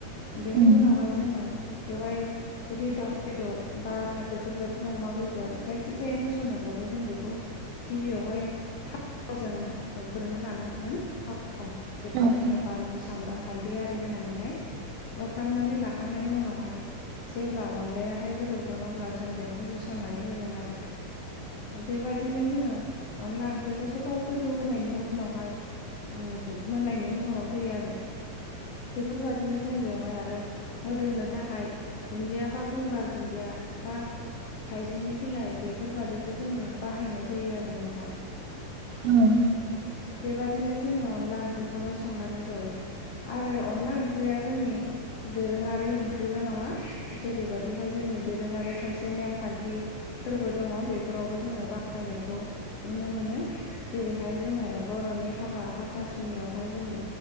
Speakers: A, on the left; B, on the right.
A: बेनि
B: औ
A: उनावहाय जोङो बेवहाय जुदि दाउ बेदर बा द बेफोरबायदिनो अमा बेदर जायखिजाया होसनोब्लाथाय जों बेखौ गिबियावहाय थावजों एवग्रोनो लानांगौ। थंख्रि
B: नोंथाङा
A: बेबायदिनो बानलु सामब्राम हालदै आरि होनानैहाय एवफ्रामनानै लाखांनायनि उनावहाय जेब्ला अनलायाहाय गोदौगोन अब्ला जों बेवहाय होसननानै होगोन आरो बेबादिनो जोङो अनला ओंख्रिखौथ' बाव गोदौ होनायनि उनावहाय ओ मोननायनि महराव फैयो आरो बेफोरबायदिनो जों जों बेवहाय आरो मोदोमनो थाखाय दुन्दिया बा गंगार दुन्दिया बा हाइजेंनि बिलाइ बेफोरबादिबो जोङो बाहायनाय जायो आरो नोंथां
B: औ
A: बेबादिनो जोङो अनला ओंख्रिखौहाय संनानै जायो आरो अनला ओंख्रिया जोंनि दोरोङारि ओंख्रिल' नङा जेरैबादिहाय जोंनि दोरोङारि खायसे नेमखान्थि फोरबो दङ बेफोरावबो जोङो बाहायनायखौ नुनो मोनो जेरैहाय जोङो बर'नि हाबा हा- हाथासुनियावहाय जोङो